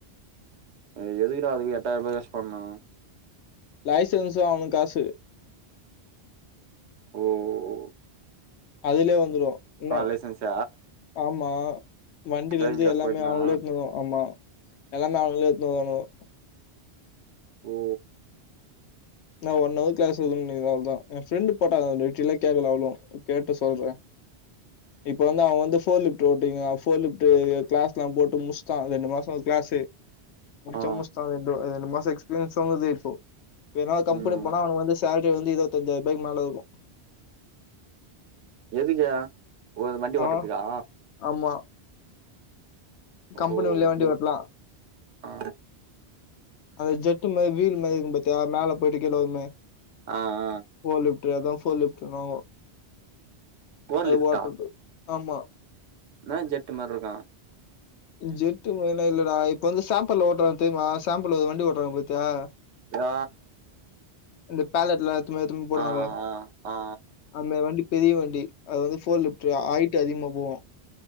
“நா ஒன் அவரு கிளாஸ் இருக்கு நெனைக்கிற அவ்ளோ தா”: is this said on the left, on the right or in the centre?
Left